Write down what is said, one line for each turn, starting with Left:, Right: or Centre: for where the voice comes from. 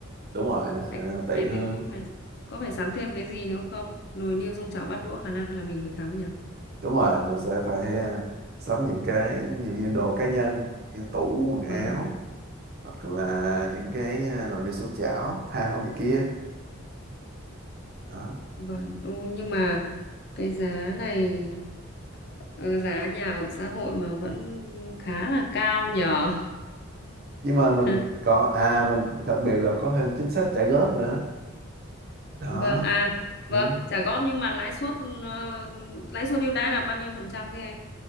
Right: đúng rồi nó sẽ
Left: hay,
Right: tiện
Left: hay
Right: hơn
Left: mình có phải có phải sắm thêm cái gì nữa không nồi niêu xong chảo bát đũa khả năng là mình phải sắm nhở
Right: đúng rồi mình sẽ phải ờ, sắm những cái nhiều như đồ cá nhân như tủ quần áo
Left: vâng
Right: hoặc là những cái ờ, nồi niêu xoong chảo thao này kia đó
Left: vâng Ừ, nhưng mà cái giá này ờ, giá nhà ở xã hội mà vẫn khá là cao nhở
Right: nhưng mà mình
Left: <laughs>
Right: có à mình đặc biệt là có thêm chính sách trả góp nữa đó
Left: vâng à
Right: đúng.
Left: vâng trả góp nhưng mà lãi suất ờ, lãi suất ưu đãi là bao nhiêu phần trăm thế anh